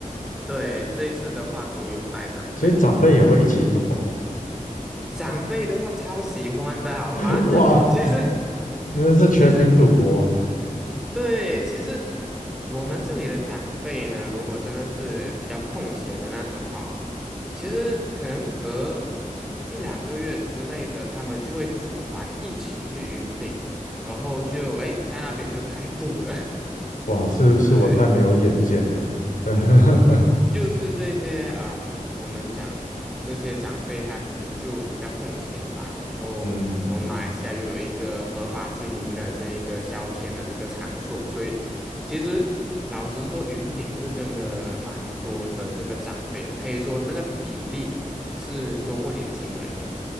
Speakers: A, in the centre; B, on the left.
A: 对，这一次的话都有带长辈，
B: 所以长辈也会一起赌哦？
A: 长辈的话超喜欢的好吗？
B: <laughs> 哇，
A: <laughs> 其实
B: 你们是全民赌博？
A: 其实对，其实我们这里的长辈呢，如果真的是比较空闲的那种哈，其实可能隔一两个月之类的，他们就会组团一起去云顶，然后就哎在那边就开赌了，
B: 哇，
A: <laughs>
B: 是是我太没有眼见了。
A: 是
B: <laughs>
A: 就是这些，嗯，我们讲这些长辈他可能就比较空闲嘛，然后我们马来西亚又有一个合法经营的这一个消遣的这个场所，
B: 嗯，
A: 所以其实老实说，云顶是真的蛮多的这个长辈的，可以说那个比例是多过年轻人的，